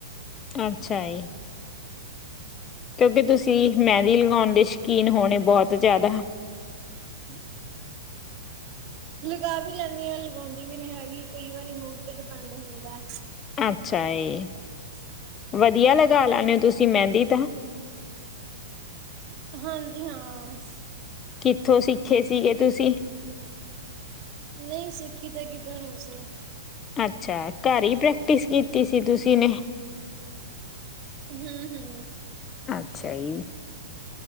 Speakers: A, on the left (about 20°); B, on the right (about 35°).
A: ਅੱਛਾ ਜੀ। ਕਿਉਂਕਿ ਤੁਸੀਂ, ਮਹਿੰਦੀ ਲਗਾਉਣ ਦੇ ਸ਼ੌਕੀਨ ਹੋਣੇ ਬਹੁਤ ਜ਼ਿਆਦਾ?
B: ਹਮ। ਲਗਾ ਵੀ ਲੈਂਦੀ ਹਾਂ, ਲਗਾਉਂਦੀ ਵੀ ਨਹੀਂ ਹੈਗੀ, ਕਈ ਵਾਰੀ ਮੂੜ ਤੇ ਡਿਪੈਂਡ ਹੁੰਦਾ।
A: ਅੱਛਾ ਏ।
B: ਅ
A: ਵਧੀਆ ਲਗਾ ਲੈਂਦੇ ਹੋ, ਤੁਸੀਂ ਮਹਿੰਦੀ ਤਾਂ
B: ਹਾਂਜੀ, ਹਾਂ।
A: ਕਿੱਥੋਂ ਸਿੱਖੇ ਸੀਗੇ ਤੁਸੀਂ?
B: ਨਹੀਂ, ਸਿੱਖੀ ਤਾਂ ਕਿੱਦਰੋਂ ਨੀ ਸੀ।
A: ਅੱਛਾ ਘੱਰ ਈ ਪ੍ਰੈਕਟਿਸ ਕੀਤੀ ਸੀ ਤੁਸੀਂ ਨੇ
B: ਹੂੰ-ਹੂੰ।
A: ਅੱਛਾ ਈ।